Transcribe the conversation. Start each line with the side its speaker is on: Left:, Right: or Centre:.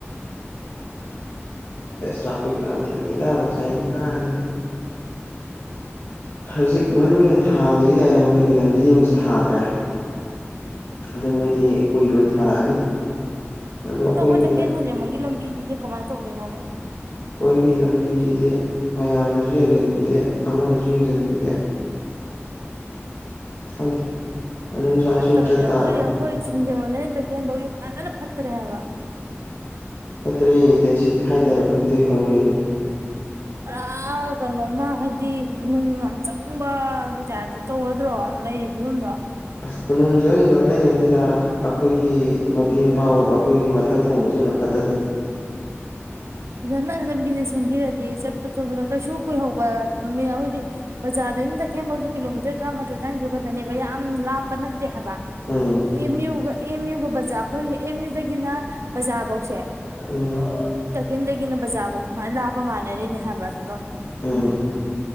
Left: ꯇ꯭ꯔꯥꯐꯤꯛꯀ ꯌꯥꯝ ꯊꯦꯡꯅꯩꯗ ꯉꯁꯥꯏꯗꯤ ꯀꯥꯏꯗꯒꯤ ꯍꯧꯖꯤꯛ ꯃꯔꯨ ꯑꯣꯏꯅ ꯊꯥꯗ꯭ꯔꯤ ꯑꯌꯥꯡꯄꯜꯂꯤ ꯂꯝꯕꯤ ꯑꯃꯁꯨ ꯊꯥꯗ꯭ꯔꯦ ꯑꯗ ꯃꯣꯏ ꯗꯤ ꯀꯨꯏꯔꯣꯏ ꯊꯥꯔꯛꯑꯅꯤ ꯑꯗꯣ
Right: ꯍꯟꯗꯛ
Left: ꯑꯩꯈꯣꯏꯒꯤ
Right: ꯑꯈꯣꯏ ꯇꯈꯦꯜ ꯁꯟꯖꯦꯟꯕꯝ ꯒꯤ ꯂꯝꯕꯤꯁꯤꯗꯤ ꯀꯃꯥꯏꯅ ꯇꯧꯗꯣꯏꯅꯣꯕꯥ
Left: ꯑꯩꯈꯣꯏꯒꯤ ꯂꯝꯕꯤꯁꯤꯗꯤ ꯃꯌꯥꯝꯅꯁꯨ ꯌꯦꯡꯁꯤꯟꯕꯤꯗꯦ ꯑꯃꯅꯁꯨ ꯌꯦꯡꯁꯤꯟꯕꯤꯗꯦ ꯍꯗꯤ ꯑ ꯁꯥꯟ
Right: ꯐꯠꯇꯕꯗꯤ
Left: ꯁ ꯆ ꯇꯥꯡꯥꯡ
Right: ꯑꯩꯈꯣꯏ ꯑꯩꯈꯣꯏ ꯁꯟꯖꯦꯟꯕꯝꯗꯩꯅ ꯇꯛꯌꯦꯟꯐꯥꯎꯖꯦ ꯐꯖꯟꯅ ꯐꯠꯇꯔꯦ ꯍꯥꯏꯕ
Left: ꯐꯠꯇ꯭ꯔꯦ ꯇꯥꯏꯁꯤꯗꯤ ꯍꯥꯏꯗꯔꯞ ꯑꯗꯨꯗꯩ ꯍꯧꯔꯦ ꯑꯗꯨꯝ
Right: ꯄꯨꯔꯥ ꯀꯩꯅꯣꯃ ꯍꯥꯏꯗꯤ ꯈꯨꯅꯨꯡ ꯌꯥꯝ ꯆꯪꯕ ꯀꯤꯇꯥꯏꯞ ꯇꯧꯔꯗ꯭ꯔꯣ ꯂꯩ ꯐꯤꯕꯝꯗꯣ
Left: ꯈꯨꯨꯅꯨꯡ ꯆꯪꯉꯤꯗꯣ ꯑꯇꯩ ꯅꯠꯇꯦꯗ ꯑ ꯑꯈꯣꯏꯒꯤ ꯃꯄꯤ ꯃꯄꯥ ꯑꯣꯏꯕ ꯑꯈꯣꯏꯒꯤ ꯃꯊꯛ ꯊꯣꯡꯕꯁꯤꯡꯅ ꯐꯠꯇ ꯗꯩ
Right: ꯐꯖꯟꯅ ꯂꯝꯕꯤꯁꯦ ꯁꯦꯝꯕꯤꯔꯗꯤ ꯆꯠꯄ ꯆꯣꯠꯄꯗ ꯀꯩꯁꯨ ꯀꯨꯏꯍꯧꯕ ꯂꯝ ꯑꯣꯏꯗꯤ ꯕꯖꯥꯔꯗꯒꯤ ꯇꯈꯦꯜ ꯐꯥꯎꯖꯤ ꯀꯤꯂꯣꯃꯤꯇꯔ ꯇꯔꯥꯃꯥꯊꯣꯏ ꯇꯔꯥꯅꯤꯊꯣꯏ ꯈꯛꯇꯅꯦꯕ ꯌꯥꯝ ꯂꯥꯞꯄ ꯇꯦ ꯍꯥꯏꯕ
Left: ꯎꯝ
Right: ꯑꯦꯝ ꯌꯨꯒ ꯑꯦꯝ ꯌꯨꯒ ꯕꯖꯥ ꯑꯩꯈꯣꯏꯒꯤ ꯑꯦꯝ ꯌꯨꯗꯒꯤꯅ ꯕꯖꯥꯔꯕꯧꯁꯦ
Left: ꯎꯝ
Right: ꯈꯦꯟꯗꯒꯤꯅ ꯕꯖꯥꯐꯥꯎ ꯃꯥꯏꯅ ꯂꯥꯞꯄ ꯃꯥꯟꯅꯔꯤꯅꯦ ꯍꯥꯏꯕ ꯑꯗꯨꯗꯣ
Left: ꯎꯝ